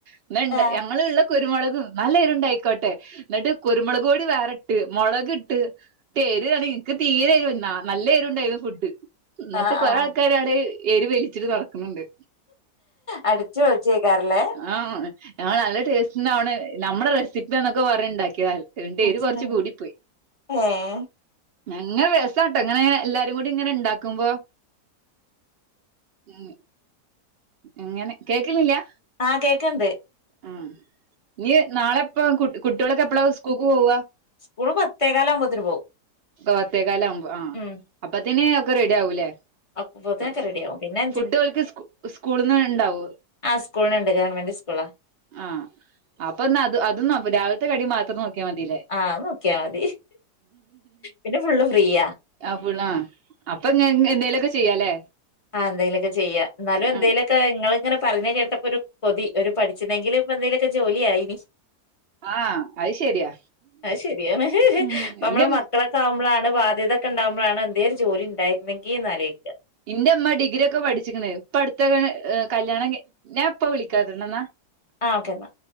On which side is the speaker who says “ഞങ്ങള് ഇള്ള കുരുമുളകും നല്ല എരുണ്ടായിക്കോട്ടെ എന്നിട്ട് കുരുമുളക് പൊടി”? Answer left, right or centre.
Right